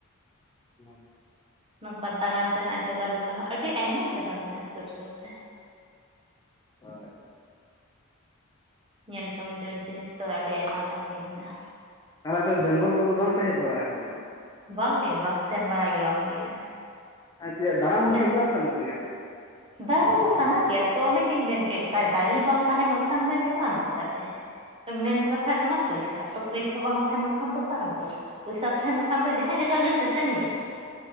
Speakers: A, on the left; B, on the right.
A: <unintelligible>
B: ᱱᱚᱝᱠᱟ ᱫᱟᱬᱟᱱ ᱨᱮᱱᱟᱜ ᱡᱟᱭᱜᱟ ᱞᱮᱠᱟ ᱦᱚᱸ ᱟᱹᱰᱤ ᱟᱭᱢᱟ ᱡᱟᱭᱜᱟ ᱢᱮᱱᱟᱜᱼᱟ ᱥᱩᱨ ᱥᱩᱨ ᱛᱮ,
A: ᱚ ᱟᱪᱪᱷᱟ,
B: ᱧᱮᱞ ᱡᱚᱝ ᱡᱚᱝ ᱡᱤᱱᱤᱥ ᱫᱚ ᱟᱹᱰᱤ ᱟᱭᱢᱟ ᱜᱟᱱ ᱜᱮ ᱢᱮᱱᱟᱜᱼᱟ,
A: ᱟᱨ ᱟᱯᱮ ᱵᱮᱝᱜᱚᱞ ᱠᱚᱫᱚ ᱵᱟᱝᱯᱮ ᱦᱮᱡ ᱵᱟᱲᱟ ᱟᱠᱟᱱ ᱛᱮ?
B: ᱵᱟᱝᱜᱮ ᱵᱟᱝ ᱥᱮᱱ ᱵᱟᱲᱟ ᱜᱮ ᱵᱟᱝ ᱦᱩᱭ ᱟᱠᱟᱱᱟ,
A: ᱟᱨ ᱡᱮ ᱫᱟᱬᱟ ᱦᱚᱸ
B: ᱚᱱᱮ
A: ᱦᱮᱡ
B: ᱠᱚ
A: ᱵᱟᱝ ᱥᱟᱱᱟ ᱯᱮ ᱜᱮ ᱛᱮ,
B: ᱫᱟᱬᱟᱱ ᱫᱚ ᱥᱟᱱᱟ ᱜᱮᱭᱟ ᱛᱚ ᱚᱱᱮ ᱪᱮᱫ ᱤᱧ ᱢᱮᱱ ᱠᱮᱫ ᱞᱮᱠᱟ ᱫᱟᱲᱮ ᱵᱟᱝ ᱛᱟᱦᱮᱱᱚᱜ ᱠᱷᱟᱱ ᱫᱚ ᱪᱟᱞᱟᱜ ᱟᱢ ᱪᱮᱠᱟᱛᱮ, ᱢᱮᱱ ᱠᱟᱛᱷᱟ ᱦᱳᱭᱳᱜ ᱠᱟᱱᱟ ᱯᱚᱭᱥᱟ ᱛᱚ ᱯᱚᱭᱥᱟ ᱵᱟᱝ, ᱛᱟᱦᱮᱱ ᱠᱷᱟᱱ ᱫᱚ ᱚᱠᱟᱨᱮᱢ ᱪᱟᱞᱟᱜᱼᱟ ᱯᱚᱭᱥᱟ ᱛᱟᱦᱮᱱᱠᱷᱟᱱ ᱫᱚ ᱡᱟᱦᱟᱸ ᱡᱟᱭᱜᱟ ᱜᱮ ᱥᱮᱥᱮᱱ ᱜᱮᱭᱟ,